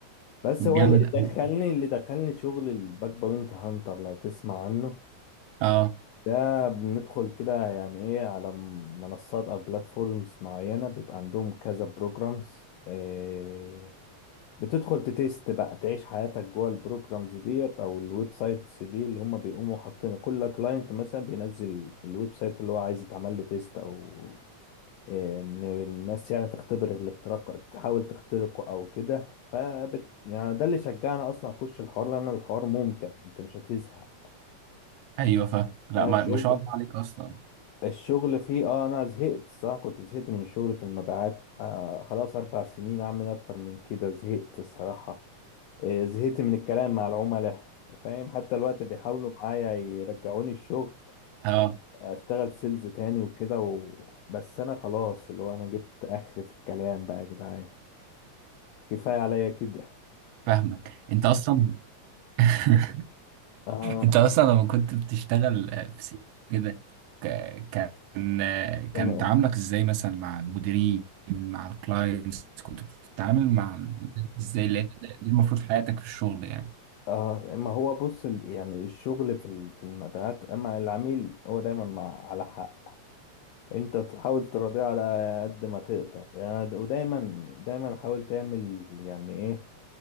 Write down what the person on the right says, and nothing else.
جامد
قوي
اه
ايوه فاهم لا
ما
ما شاء الله عليك اصلا
اه
فاهمك انت اصلا <laughs>
انت اصلا لما كنت بتشتغل آه، في سيت كده ك- كان آه، كان
تعاملك ازاي مثلا مع المديرين مع الكلاينتس كنت بتتعامل مع ال- ازاي لأن دي المفروض حياتك في الشغل يعني